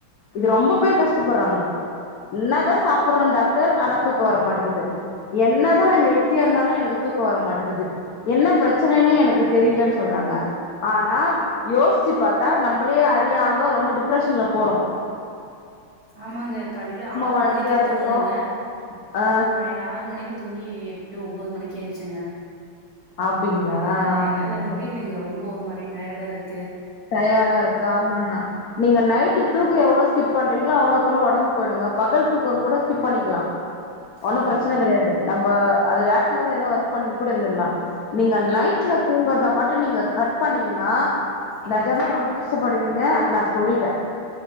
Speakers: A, on the left; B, on the right.
A: இது ரொம்ப பேர் கஷ்டப்படுறாங்க <unintelligible> இத சாப்பிடடுறேன் டாக்டர் ஆன தூக் தூக்க வரமாட்டேங்கது என் என்ன தான் நான் ஹெல்தியா இருந்தாலும் எனக் தூக்க வர மாட்டேங்குது என்ன பிரச்சனைன்னே எனக்கு தெரியலன்னு சொல்றாங்க ஆனா யோசிச்சு பார்த்தா நம்மளே அறியாம ரொம்ப டிப்ரஷன்ல போறோம்
B: ஆமாங்க காலையில ஆறு
A: வாழ்க்கையா
B: மணிக்கு
A: இருக்கட்டு
B: தூங்குனங்க
A: ஆ
B: காலையில ஆறு மணிக்கு தூங்கி எட்டு ஒன்பது மணிக்கு ஏந்திச்சங்க
A: அப்டிங்களா
B: அது
A: ஆமா
B: என்னால முடியலைங்க ரொம்ப ஒரு மாரி டயாடா இருக்
A: டயார்டா இருக்க ஆமா நீங்க நைட் தூக்கம் எவ்ளோ ஸ்கிப் பண்றீங்களோ அவ்ளோகு அவ்ளோ உடம்பு போயிடுங்க பகல் தூக்கம் கூட ஸ்கிப் பண்ணிக்கலாம் ஒண்ணும்
B: ஓ
A: பிரச்சனை கிடையாது நம்ம ப்பா அது ஆக்டிவா என்ன ஒர்க் பண்ண கூட இருந்திரலாம் நீங்க நைட்ல
B: ஆ
A: தூங்குறத மட்டும் நீங்க கட் பண்ணீங்கன்னா
B: ம்
A: நெஜமா ரொம்ப கஷ்டப் படுவிங்க நா சொல்லிட்டே